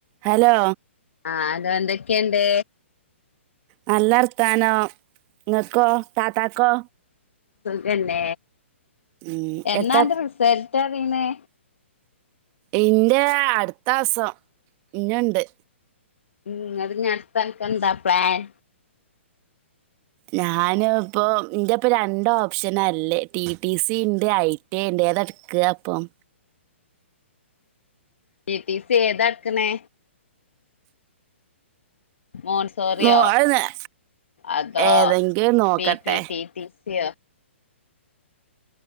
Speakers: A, on the right (about 35°); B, on the left (about 70°).
A: Hello
B: ആഹ് hello എന്തെക്കെണ്ട്
A: നല്ലർഥാനോം ങ്ങക്കോ താത്താക്കോ
B: സുഖെന്ന
A: ഉം
B: എന്നാന്റെ
A: എത്ത
B: റിസൽട്ടർ റിണെ
A: ഇന്റെ അടുത്തമാസം ഇന്നുണ്ട്
B: ഉം അത് ഞാത്താ <unintelligible> നൊക്കെ എന്താ പ്ലാൻ
A: ഞാന് ഇപ്പൊ ഇന്റെപ്പ രണ്ട ഓപ്ഷനാല്ലേ ടി ടി സി ഇണ്ട് ഐടി എ ണ്ട് ഏതെടുക്കുവാ ഇപ്പം
B: ടീ ടീ സി ഏതാ എടുക്കുന്നെ മോൺസോറിയോ
A: മോ അത് ന-
B: അതോ
A: ഏതെങ്കിലും നോക്കട്ടെ
B: പി പിടി ടി യൊ